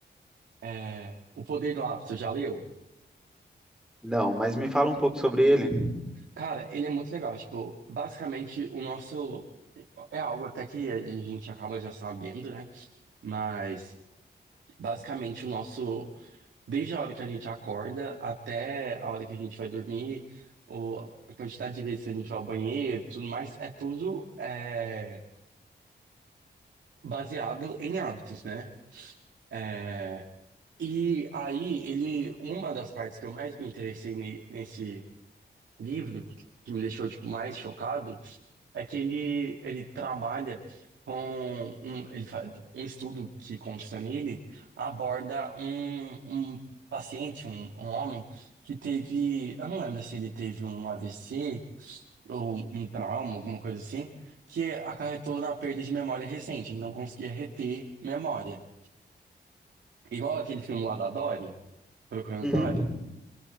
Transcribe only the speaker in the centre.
Não, mas me fala um pouco sobre ele.
Uhum,